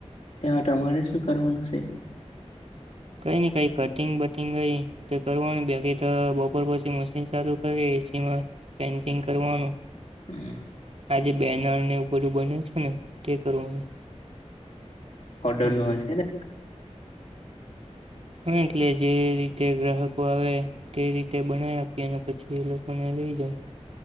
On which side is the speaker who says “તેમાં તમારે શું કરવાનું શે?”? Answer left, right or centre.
Left